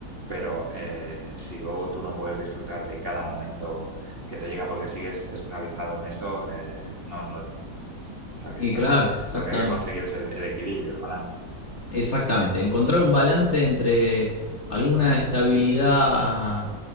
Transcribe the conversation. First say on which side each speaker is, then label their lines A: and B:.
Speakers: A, on the right; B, on the left.
A: Pero eh, si luego tú no puedes disfrutar de cada momento que te llega porque sigues esclavizado en eso, eh, no, no. O sea, que
B: Y
A: está,
B: claro, exactamente.
A: lo que hay que conseguir es el, el equilibrio, el balance.
B: Exactamente, encontrar un balance entre alguna estabilidad